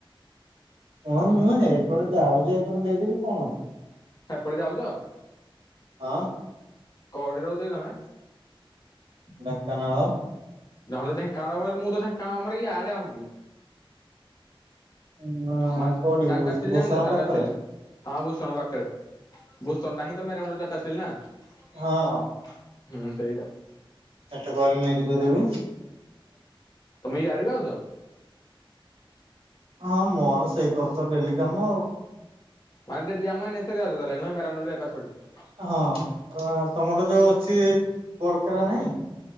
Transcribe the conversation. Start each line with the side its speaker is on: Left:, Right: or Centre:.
Right: ହଁ ମୁଁ ଏଇପଟେ ଯାଉଛି, ଏପଟେ ଦେଇଦେବି କଣ ଅଛି?
Left: ଆ କୁଆଡ଼େ ଯାଉଛ?
Right: ହଁ।
Left: କୋଉଠି ରହୁଛ କି ତମେ?
Right: ଢେଙ୍କାନାଳ
Left: ନହେଲେ ନାଇଁ <unintelligible> ୟାଡେ ଆଉନି
Right: ଉଁ
Left: ମ
Right: କୋଉଠି
Left: ଟାଟା
Right: ଭୂଷ
Left: ଷ୍ଟିଲ୍
Right: ଭୂଷଣ
Left: ଜାଣିଛ, ଟଟା
Right: ପାଖରେ
Left: ଷ୍ଟିଲ୍? ହଁ ଭୂଷଣ ପାଖରେ। ଭୂଷଣ ଟା ହିଁ ତ ଏରାଉଣ୍ଡ ଟାଟା ଷ୍ଟିଲ ନା, ହୁଁ
Right: ହଁ
Left: ସେଇଟା
Right: ସେଠା କହିଲି ନେଇକି ଦେଇଦେବି
Left: ତମେ ୟାଡେ ବି ଆଉଛ?
Right: ହଁ ମୋର ସେଇ କର ତ ଡେଲି କାମ ଆଉ।
Left: <unintelligible>
Right: ହଁ ତମର ଯୋଉ ଅଛି, ବରକେରା ନାଇଁ?